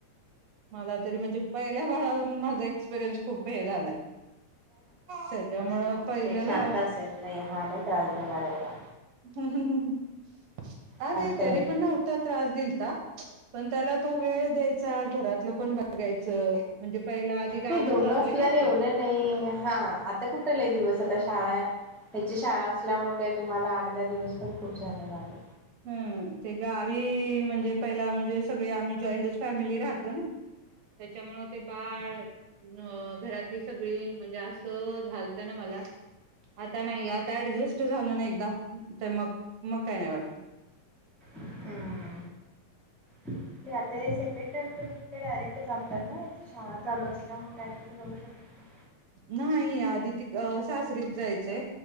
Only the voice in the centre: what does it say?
हे शांत असेल नाही हा नई त्रास देणार एवढा
शांत होईल
हे दोघं
असल्यावर
एवढं नाही हा आता कुठ लई दिवस आता शाळा हाय. त्याची शाळा असल्यामुळं काही तुम्हाला आठ, दहा दिवस पण खूप झालं लागलं
ऊं हूं हूं. नाही, आत्ता हे सेकंड टाईम तुम्ही तिकडे डायरेक्ट जाताल ना, याची शाळा चालू असल्यामुळे काय तुम्ही राहू शकत नाही.